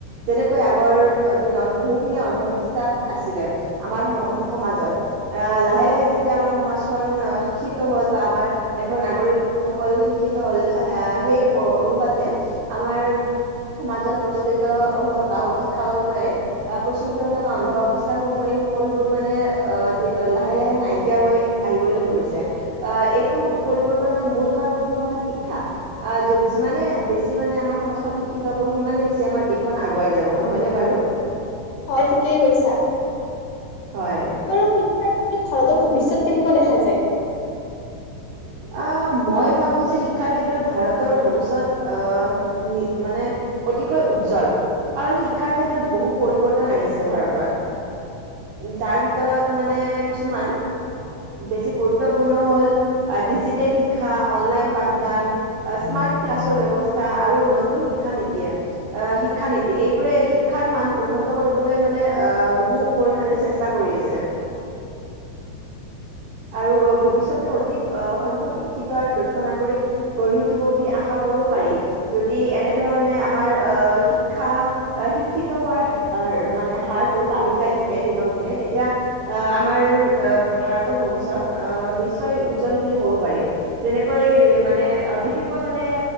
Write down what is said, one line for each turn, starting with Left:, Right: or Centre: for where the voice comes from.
Right: যেনেকৈ আগৰ দিনত বহু খিনি অন্ধবিশ্বাস আছিলে। আমাৰ সমাজত আ, লাহে লাহে যেতিয়া আমাৰ সমাজখন শিক্ষিত হ'ল বা আমাৰ দেশৰ নাগৰিকসকল শিক্ষিত হল আহ সেই অনুপাতে আমাৰ সমাজত প্ৰচলিত হৈ থকা অতীত কালৰ পৰাই। আহ প্ৰচলিত হৈ থকা অন্ধবিশ্বাসসমূহ এই সকলোবোৰ মানে আ, লাহে লাহে নাইকিয়া হৈ আহিবলৈ ধৰিছে আহ এইটো পৰিৱৰ্তনৰ মূল কাৰণটো হল শিক্ষা যিমানে বেছি মানে আমাৰ সমাজখন শিক্ষিত হ'ব সিমানে বেছি আমাৰ দেশখন আগুৱাই যাব নহয়নে বাৰু?
Left: হয়, ঠিকেই কৈছা।
Right: হয়।
Left: আৰু শিক্ষাৰ ক্ষেত্ৰত ভাৰতৰ ভৱিষ্যত কেনেকুৱা দেখা যায়?
Right: <inaudible> আহ, মই ভাবো যে, শিক্ষাৰ ক্ষেত্ৰত ভাৰতৰ ভৱিষ্যত আহ মানে অতিকৈ উজ্জল। কাৰণ শিক্ষাৰ ক্ষেত্ৰত বহু পৰিৱৰ্তন আহিছে ভাৰতত। যাৰ ভিতৰত মানে কিছুমান বেছি গুৰুত্বপূৰ্ণ হ'ল- ডিজিটেল শিক্ষা, অনলাইন পাঠদান স্মাৰ্ট ক্লাছৰ ব্যৱস্থা আৰু নতুন শিক্ষা নীতিয়ে। শিক্ষা নীতি। এইবোৰে শিক্ষাৰ মান উন্নত কৰিবলৈ মানে বহু পৰিমানে চেষ্টা ষ্টা কৰি আছে আৰু ভৱিষ্যতে অধিক আহ, সংখ্যক শিক্ষিত আৰু দৈক্ষ নাগৰিক গঢ়ি উঠিব বুলি আশা কৰিব পাৰি। যদি এনেধৰণে আমাৰ আহ শিক্ষা শিক্ষা, শিক্ষিত হোৱাৰ <unintelligible> মানে হাৰটো বাঢ়ি যাই থাকে দিনক-দিনে তেতিয়া আহ, আমাৰ আহ ভাৰতৰ ভৱিষ্যত আহ, নিশ্চয় উ উজ্জ্বল বুলি ক'ব পাৰি। যেনেকৈ মানে বিশেষকৈ মানে